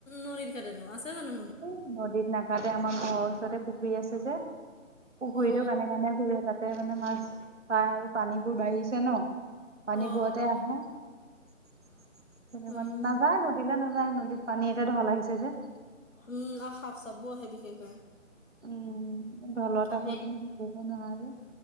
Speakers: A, on the left; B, on the right.
A: নদীত কাটেনো, আছে যানো
B: কোনো নদীত নাকাটে, আমাৰ ঘৰৰ ওচৰতে পু খুৰী আছে যে, পুখুৰীটোৰ
A: অ
B: কানে কানে ঘূৰে, তাত তে মানে মাছ পাই আৰু, পানীবোৰ বাঢ়িছে ন। পানীবোৰতহে
A: অ অ'।
B: আহে, তেনেকুৱা
A: উম
B: নাযায় ন দীলে নাযায়, নদীত পানী এতিয়া ঢল আহিছে যে।
A: উম, আৰু সাপ চাপ বোৰ আহে বিশেষকৈ।
B: উম, ঢলত
A: আমি
B: আকৌ তুমি সাতুৰিব নোৱাৰা যে।